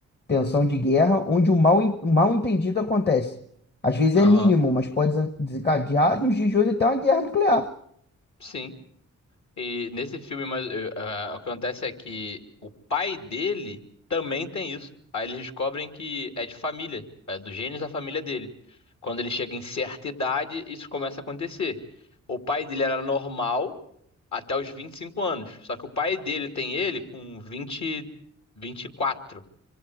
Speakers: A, on the left (about 35°); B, on the left (about 60°).
A: tensão de guerra, onde o mal, o mal entendido acontece. Às vezes
B: aham.
A: é mínimo, mas pode desencadear nos dias de hoje até uma guerra nuclear.
B: Sim. E nesse filme, mas, eh, ah, o que acontece é que o pai dele também tem isso. Aí eles descobrem que é de família, é dos genes da família dele. Quando ele chega em certa idade, isso começa a acontecer. O pai dele era normal até os 25 anos. Só que o pai dele tem ele com vinte, vinte e quatro.